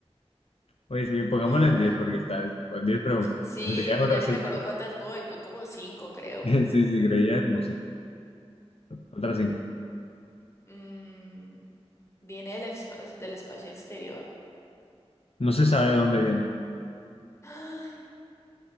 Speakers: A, on the left; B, on the left.
A: Oye, sí, pongámoslo
B: ay,
A: en
B: a
A: 10
B: ver.
A: porque está en 10 preguntas.
B: Sí,
A: <laughs> Te quedan otras
B: ya ni
A: 5.
B: me acuerdo
A: <laughs>
B: cuántas voy, voy como cinco, creo.
A: Sí, sí, creo que ya es como 5. Otras 5.
B: Mm, ¿viene del, expa- del espacio exterior?
A: No se sabe de dónde viene.
B: Ay,